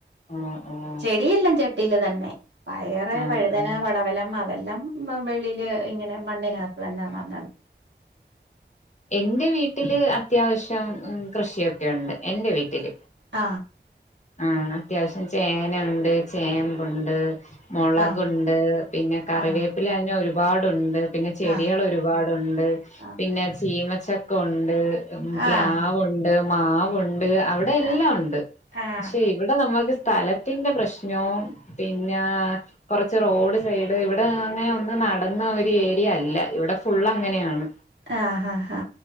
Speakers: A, on the left; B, on the right.
A: ആഹ് ആഹ്
B: ചെടി എല്ലാം ചേട്ടൻ ട്ടീല് തന്നെ വേറെ
A: ആഹ്
B: വഴുതന
A: ആഹ്
B: പടവലം മത്ത എല്ലാം ഇപ്പോ വെളിയില് ഇങ്ങനെ മണ്ണിന <unintelligible> തന്നാന്ന
A: എന്റെ വീട്ടില് അത്യാവശ്യ കൃഷി ഒക്കെയുണ്ട് എന്റെ വിട്ടില്
B: ആ
A: ആ അത്യാവശ്യം ചേനയുണ്ട് ചേമ്പ്ണ്ട് മുളക്ക്
B: ആഹ്
A: ഉണ്ട് പിന്നെ കറിവേപ്പില
B: ആഹ്
A: തന്നെ ഒരു പാ ഒരു പാടുണ്ട് പിന്നെ ചെടികൾ
B: ആഹ്
A: ഒരുപാടുണ്ട്
B: ആഹ്
A: പിന്നെ ചിമ ചക്ക ഉണ്ട്
B: ആഹ്
A: പ്ലാലാവ് ഉണ്ട് മാവ് ഉണ് ണ്ട് അവിടെ എല്ലാം
B: ആഹ്
A: ഉണ്ട്
B: ആഹ്
A: പക്ഷേ ഇവിടെ നമ്മക്ക് സ്ഥലത്തിന്റെ പ്രശ്നേം പിന്ന കുറച്ച് റോഡ് സെസ് അങ്ങനെ ഒന്ന് നടന്ന് ഒന്ന് എരിയ അല്ല ഇവിടെ ഫുൾ അങ്ങനെയാണ്
B: ആ ഹ ഹ